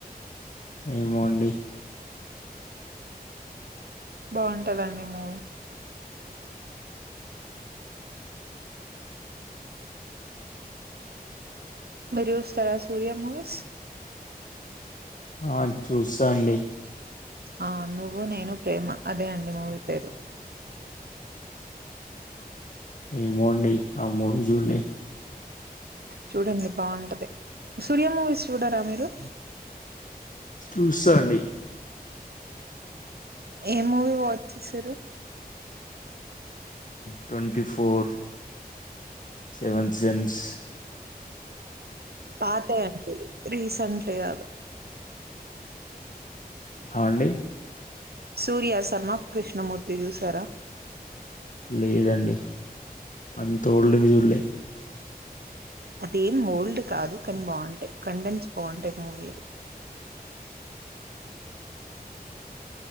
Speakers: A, on the left (about 55°); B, on the right (about 80°).
A: ఏమోండి
B: బాగుంటదండి మూవీ మీరు చూస్తారా సూర్యా మూవీస్
A: ఆ చూసా అండి
B: ఆ నువ్వు నేను ప్రేమ అదే అండి మూవి పేరు
A: ఏమో అండి అ మూవీ చూడలే
B: చూడండి బాగుంటది సూర్య మూవీస్ చూడారా మీరు
A: చూస్తా అండి
B: ఏ మూవీ వాచ్ చేసారు
A: ట్వంటీ ఫోర్ సెవెన్ సెన్స
B: పాతవి అన్ని రీసెంట్లీ కాదు
A: అ అండి
B: సూర్య సన్నాఫ్ కృష్ణమూర్తి చూశారా
A: లేదండి అంత ఓల్డ్ వి చూడలే
B: అదేం వోల్డ్ కాదు కని బావుంటయి కండేన్స్ బావుంటయి టాయి మూవీలు